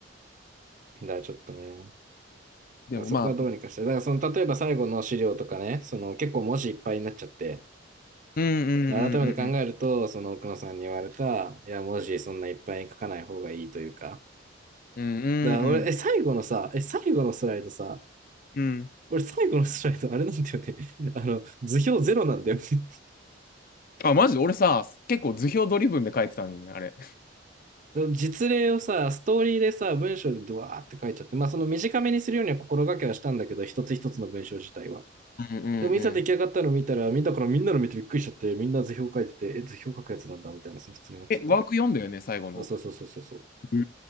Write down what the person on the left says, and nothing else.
でもまあ、
うんうんうんうんうん
うんうんうんうん
うん。
あ、マジで俺さ、結構図表ドリブンで書いてたのよね、あれ。
うんうんうん。
え、ワーク読んだよね、最後の。
う